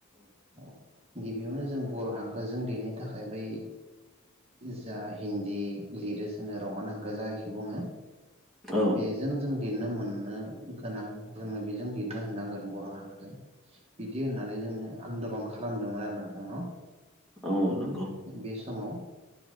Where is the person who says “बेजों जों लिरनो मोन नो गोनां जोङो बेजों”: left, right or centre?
Right